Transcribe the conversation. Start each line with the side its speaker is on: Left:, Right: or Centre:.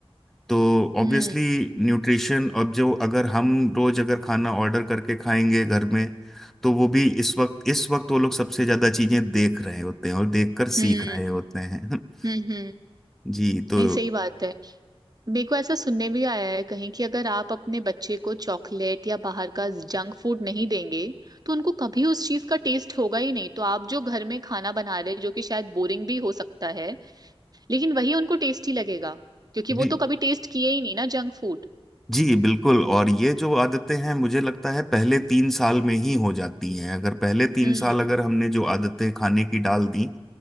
Centre: तो ऑब्वियसली
Right: हम्म
Centre: न्यूट्रिशन अब जो अगर हम रोज अगर खाना ऑर्डर करके खाएंगे घर में तो वो भी इस वक्त इस वक्त वो लोग सबसे ज्यादा चीजें देख रहे होते हैं और देखकर
Right: हम्म
Centre: सीख रहे होते हैं <laughs>
Right: हम्म हम्म हम्म,
Centre: जी तो
Right: नहीं सही बात है मेरे को ऐसा सुनने भी आया है कहीं कि अगर आप अपने बच्चे को चॉकलेट या बाहर का जंक फूड नहीं देंगे तो उनको कभी उस चीज का टेस्ट होगा ही नहीं तो आप जो घर में खाना बना रहे जो कि शायद बोरिंग भी हो सकता है लेकिन वही उनको टेस्टी लगेगा क्योंकि
Centre: जी
Right: वो तो कभी टेस्ट किए ही नहीं ना जंक फूड
Centre: जी बिल्कुल और ये जो आदतें हैं मुझे लगता है पहले तीन साल में ही हो जाती हैं अगर पहले तीन
Right: हम्म
Centre: साल अगर हमने जो आदतें खाने की डाल दी